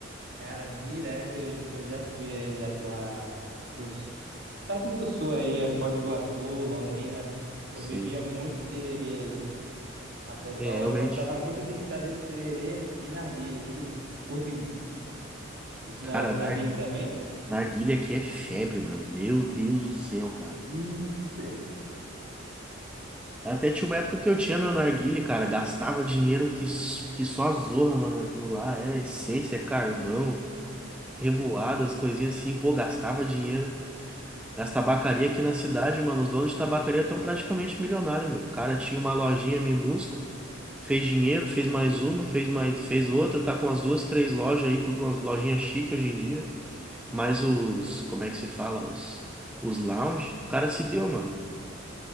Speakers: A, on the right; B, in the centre.
A: Cara, direto eu, eu já fui aí já pra, pro, sul. perto do sul aí, é Foz do Iguaçu, Londrina.
B: Sim.
A: Eu bebia muito tererê aí. A pessoal
B: É, realmente.
A: gostava muito de estar desse tererê e narguilé. Tu curte esse
B: Cara,
A: negócio
B: nar
A: de narguilé também?
B: narguilha aqui é febre, mano. Meu Deus do céu, cara.
A: Isso.
B: Até tinha uma época que eu tinha meu narguilé, cara. Gastava dinheiro que, s- que só a zorra, mano, aquilo lá. Era essência, carvão, revoadas, coisinhas assim. Pô, gastava dinheiro. As tabacarias aqui na cidade, mano, os donos de tabacaria estão praticamente milionários, meu. O cara tinha uma lojinha minúscula, fez dinheiro, fez mais uma, fez mais, fez outra, tá com as duas, três lojas aí, tudo umas lojinhas chique hoje em dia. Mas os, como é que se fala? Os, os lounge, o cara se deu, mano.